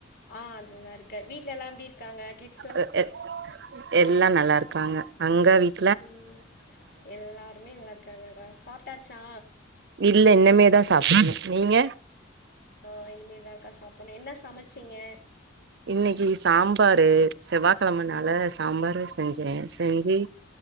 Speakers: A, on the left; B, on the right.
A: ஆ நல்லா இருக்கே வீட்ல எல்லா எப்டி இருக்காங்க கிட்
B: அ எத் எல்லா நல்லா இருக்காங்க அங்க வீட்
A: ம் ம் எல்லாருமே நல்லா இருக்காங்கக்கா சாப்ட்டாச்சா
B: இல்ல இன்னமேதா சாப்பட்னு நீங்க
A: நா இனிமேதாங்க்கா சாப்பிட்னு என்ன சமைச்சிங்க
B: இன்னைக்கு சாம்பாரு செவ்வாய்கெழமனால
A: ம்
B: சாம்பாரு செஞ்சே செஞ்சு